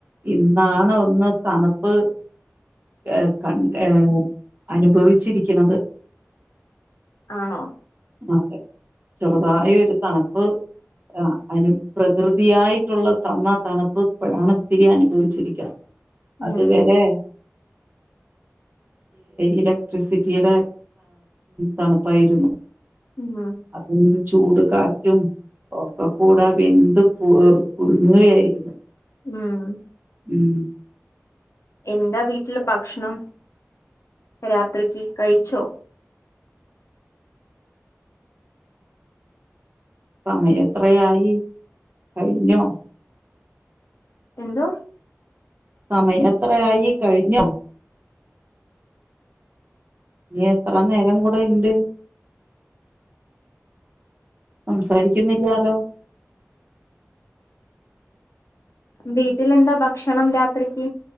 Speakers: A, on the right; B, on the left.
A: ഇന്നാണ് ഒന്ന് തണുപ്പ് ഏ കൺ ഏർ അനുഭവിച്ചിരിക്ക്ണത്
B: ആണോ
A: അതെ ചെറുതായി ഒരു തണുപ്പ് അനു പ്രകൃതിയായിട്ടുള്ള തന്നാ തണുപ്പ് ഇപ്പോഴാണ് ഇത്തിരി അനുഭവിച്ചിരിക്കിണെ അത്
B: ഉം
A: വരെ ഇലക്ട്രിസിറ്റിയുടെ തണുപ്പായിരുന്നു
B: ഉം
A: അതും ഈ ചൂട് കാറ്റും ഒക്കെ കൂടെ വെന്ത് പു പുഴുങ്ങുകയായിരുന്നു
B: ഉം
A: ഉം
B: എന്താ വീട്ടില് ഭക്ഷണം രാത്രിക്ക് കഴിച്ചോ
A: സമയം എത്രയായി കഴിഞ്ഞോ
B: എന്തോ
A: സമയം എത്രയായി കഴിഞ്ഞോ ഇനി എത്ര നേരം കൂടെ ഇണ്ട് സംസാരിക്കുന്നില്ലാലോ
B: വീട്ടിലെന്താ ഭക്ഷണം രാത്രിക്ക്